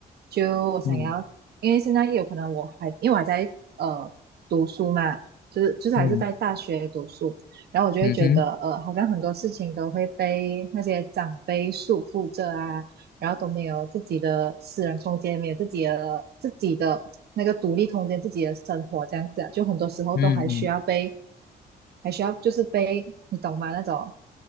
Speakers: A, on the right; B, on the left.
A: 就我想要，
B: 嗯
A: 因为现在也有可能我还因为我还在呃读书嘛，就是就是还是在大学读书，
B: 哦嗯
A: 然后我就会觉得呃，
B: 嗯哼，
A: 好像很多事情都会被那些长辈束缚着啊，然后都没有自己的私人空间，没有自己的自己的那个独立空间，自己的生活这样子啊，就很多时候都还需要被
B: 嗯
A: 还需要就是被你懂吗？那种